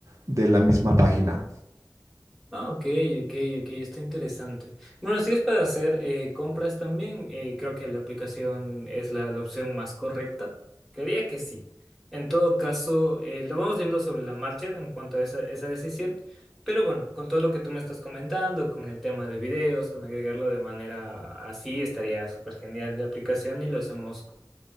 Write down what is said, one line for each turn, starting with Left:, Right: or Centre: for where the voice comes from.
Right: de la misma página.
Centre: Ah, ok, ok, ok, está interesante. Bueno, si es para hacer eh, compras también, eh, creo que la aplicación es la, la opción más correcta. Creería que sí. En todo caso, eh, lo vamos viendo sobre la marcha en cuanto a esa, esa decisión. Pero bueno, con todo lo que tú me estás comentando, con el tema de videos, con agregarlo de manera así, estaría súper genial la aplicación y lo hacemos